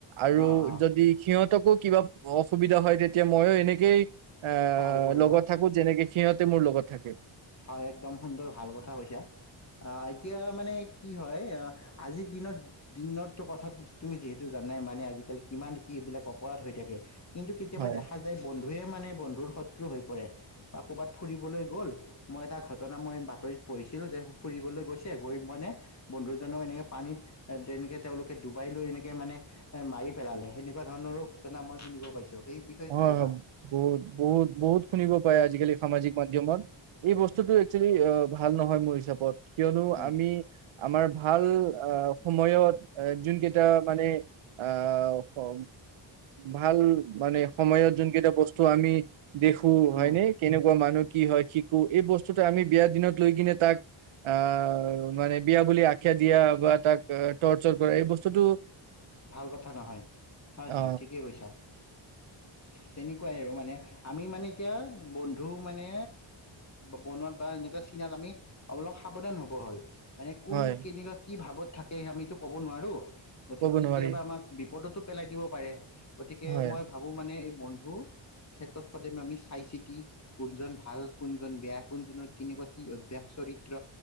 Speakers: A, on the right (about 75°); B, on the left (about 35°).
A: আৰু
B: অ', অ',
A: যদি সিহঁতকো কিবা অফ সুবিধা হয় তেতিয়া মইও এনেকেই আহ
B: সহায় কৰিবা।
A: লগত থাকো যেনেকে সিহঁত মোৰ লগত থাকে ৷
B: হয় একদম সুন্দৰ ভাল কথা কৈছা আহ এতিয়া মানে কি হয় আজিৰ দিনত-দিনত কথা তুমি যিহেতু জানাই মানে আজিকালি কিমান কি এইবিলাক অপৰাধ হৈ থাকে কিন্তু কেতিয়াবা
A: হয়
B: দেখা যায় বন্ধ ধয়ে মানে বন্ধুৰ শত্ৰু হৈ পৰে বা কৰ'বাত ফুৰিবলৈ গ'ল মই এটা ঘটনা মই বাতৰিত পঢ়িছিলোঁ যে ফুৰিবলৈ গৈছে গৈ মানে বন্ধুজনক এনেকে পানীত তেনেকৈ তেওঁলোকে ডুবাই লৈ এনেকে মানে মাৰি পেলালে সেনেকুৱা ধৰণৰো ঘটনা মই শুনিব পাইছোঁ৷ সেই বিষয়ে
A: অ
B: কি
A: হয়
B: ক'বা
A: বহুত-বহুত-বহুত শুনিব পাই আজিকালি সামাজিক মাধ্যমত এই বস্তুতটো একচুৱেলি ভাল নহয় মোৰ হিচাপত কিয়নো
B: উম,
A: আমি আমাৰ ভাল আহ সময়ত এ যোন কেইটা মানে আহ ভাল মানে সময়ত যোন কেইটা বস্তু আমি দেখো হয়নে
B: উম,
A: কেনেকুৱা মানুহ কি হয় কি কো এই বস্তুটো আমি বিয়াৰ দিনত লৈ কিনে তাক আহ মানে বিয়া বুলি আখা দিয়া বা তাক টৰ্চাৰ কৰা এই বস্তুটো
B: ভাল কথা নহয় হয়-হয়
A: অ
B: ঠিকেই কৈছা ৷ তেনেকুৱাই আৰু মানে আমি মানে এতিয়া বন্ধু মানে বনোৱাত বা এনেকুৱা চিনাত আমি অলপ সাৱধান হব ব হল মানে কোন
A: হয়
B: কেনেকুৱা কি ভাৱত থাকে আমিতো ক'ব নোৱাৰো গতি
A: ক'ব
B: কেতিয়াবা
A: নোৱাৰি
B: আমাক বিপদতো পেলাই দিব পাৰে ৷ গতিকে
A: হয়
B: মই ভাবো মানে বন্ধু ক্ষেত্ৰত সদায় আমি চাই চিতি কোনজন ভাল কোনজন বেয়া কোনজনৰ কেনেকুৱা কি অভ্যস চৰিত্ৰ